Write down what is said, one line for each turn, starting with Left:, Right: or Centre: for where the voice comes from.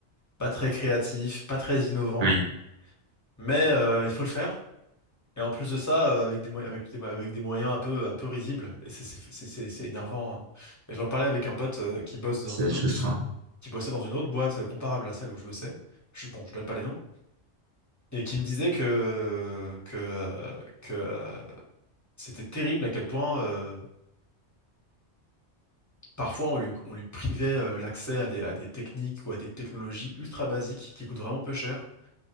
Left: pas très créatif, pas très innovant.
Right: oui,
Left: mais euh, il faut le faire. Et en plus de ça, euh, avec des, mo- avec des, avec des moyens un peu, un peu risibles, et c'est c'est- c'est- c'est- c'est énervant. hein. Et j'en parlais avec un pote euh, qui bosse dans
Right: c'est
Left: une
Right: juste
Left: autre,
Right: ça.
Left: qui bossait dans une autre boîte euh, comparable à celle où je bossais. Je, bon, je donne pas les noms. Et qui me disait que, que, euh, que euh, c'était terrible à quel point euh, parfois on lui, on lui privait euh, l'accès à des, à des techniques ou à des technologies ultra basiques qui coûtent vraiment peu cher